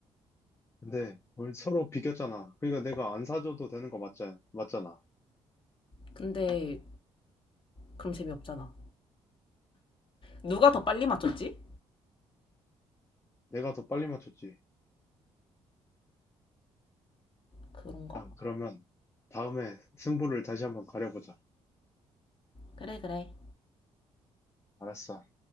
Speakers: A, on the left; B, on the left.
A: 근데 우리 서로 비겼잖아. 그러니까 내가 안 사줘도 되는 거 맞자, 맞잖아.
B: 근데 그럼 재미없잖아. 누가 더 빨리 맞췄지?
A: 내가 더 빨리 맞췄지.
B: 그런가?
A: 일 그러면 다음에 승부를 다시 한번 가려보자.
B: 그래, 그래.
A: 알았어.